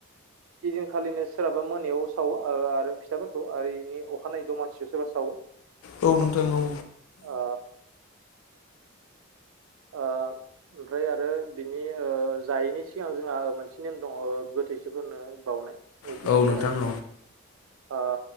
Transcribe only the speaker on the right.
इदिनखालिनो सोरहाबा मोनायाव सावो ओ आरो फिथसाफोरखौ आरो इनि अखानायै दमासि सोरबा सावो।
ओ ओ ओमफ्राय आरो बिनि ओ जायैनि सिगां जोंहा मोनसे नेम दङ। थैसिफोरनो बावनाय
बेनि
थाखाय
जोङो
ओ